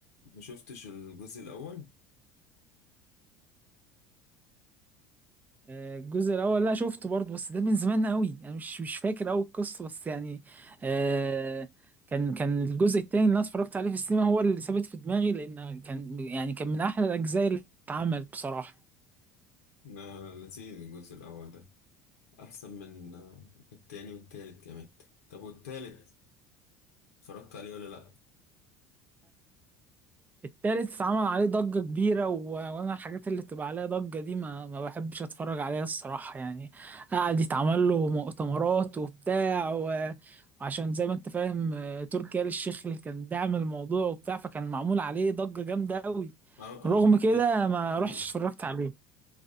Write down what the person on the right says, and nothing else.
آه، الجزء الاول لا شفته برضه بس ده من زمان قوي انا مش مش فاكر قوي القصه بس يعني آه كان كان الجزء التاني اللي انا اتفرجت عليه في السينما هو اللي ثابت في دماغي لان كان يعني كان من احلى الاجزاء اللي اتعملت بصراحه
التالت عمل عليه ضجة كبيرة و... وأنا الحاجات اللي بتبقى عليها ضجة دي ما, ما بحبش أتفرج عليها الصراحة يعني قعد يتعمل له مؤتمرات وبتاع و... وعشان زي ما أنت فاهم آه، تركي آل الشيخ اللي كان داعم الموضوع وبتاع فكان معمول عليه ضجة جامدة أوي
رغم
كده
ما
رحتش اتفرجت عليه